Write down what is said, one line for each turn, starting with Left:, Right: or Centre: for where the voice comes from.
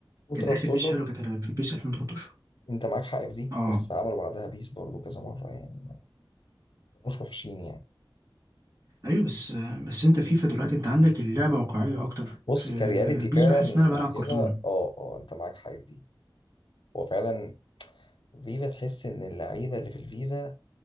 Left: 2013
Right: كان اخر بيس حلو كانت بيس 2013
Left: انت معاك حق في دي
Right: اه
Left: بس عملوا بعدها بيس برضه كذا مره يعني ما كانوش وحشين يعني
Right: ايوه بس آه، بس انت فيفا دلوقتي انت عندك اللعبة واقعية اكتر
Left: بص
Right: في
Left: كرياليتي
Right: بيس
Left: فعلا
Right: بحس ان انا بلعب
Left: وكده
Right: كرتون
Left: اه اه انت معاك حق في دي هو فعلا فيفا تحس ان اللعيبه اللي في الفيفا